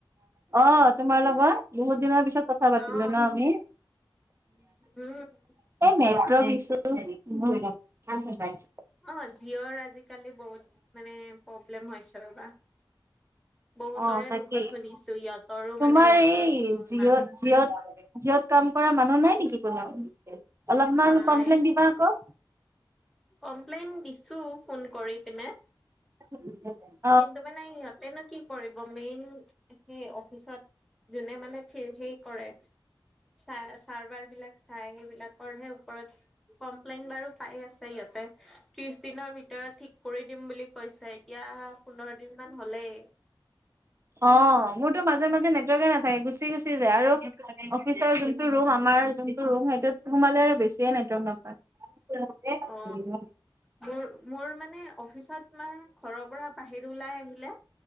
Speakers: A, on the right; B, in the centre.
A: অ', তোমাৰ লগত বহুত দিনৰ পিছত কথা পাতিলোঁ
B: অ
A: ন আমি।
B: উম।
A: মেট্ৰ বিছু <unintelligible>
B: অ', জিঅ'ৰ আজিকালি বহুত মানে প্ৰব্লেম হৈছে ৰ'বা। বহুতৰে
A: অ তাকেই
B: মুখত শুনিছোঁ ইহঁতৰো
A: তোমাৰ
B: মানে নেটৱৰ্কটো
A: এই জিঅ'ত
B: নাই।
A: জিঅ'ত জিঅ'ত কাম কৰা মানুহ নাই নেকি কোনো অলপমান
B: নাই
A: কমপ্লেইন দিবা আকৌ।
B: কমপ্লেইন দিছো ফোন কৰি পিনে।
A: উম <unintelligible>
B: কিন্তু মানে সিহঁতেনো কি কৰিব মেইন সেই অফিচত। যোনে মানে সেই কৰে চ চাৰভাৰ বিলাক চাই সেইবিলাক। সেই বিলাকৰ ওপৰত কমপ্লেইন বিলাক পাই আছে সিহঁতে ত্ৰিছ দিনৰ ভিতৰত থিক। কৰি দিম বুলি কৈছে এতিয়া পোন্ধৰ দিন মান হ'লেই।
A: অ মোৰ তো মাজে মাজে নেটৱৰ্কক না। হে গুচি গুচি যায় আৰু অফিচৰ যোনটো ৰুম আমাৰ যোনটো ৰুম সেইটোত সোমালে আৰু বেছি। কে নেটৱৰ্ক নাপায়।
B: অ মোৰ মোৰ মানে অফিচত মান ঘৰৰ পৰা বাহিৰ ওলাই আহিলে।